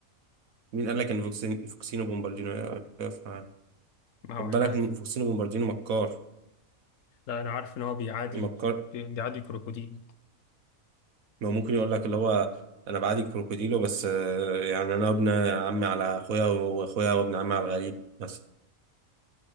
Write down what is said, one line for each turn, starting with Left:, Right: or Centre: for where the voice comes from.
Right: مين قال لك إن فوكسين- فوكسينو بومباردينو يقف معانا
Left: ما
Right: خد
Left: هو
Right: بالك
Left: إحنا عارف
Right: إن فوكسينو بومباردينو مكار
Left: لا أنا عارف إن هو بيعادي
Right: مكار
Left: بي- بيعادي كروكوديل
Right: ما ممكن يقول لك اللي هو أنا بعادي كروكوديلو بس آه، يعني أنا ابن عمي على أخويا وأخويا وابن عمي على الغريب مثلا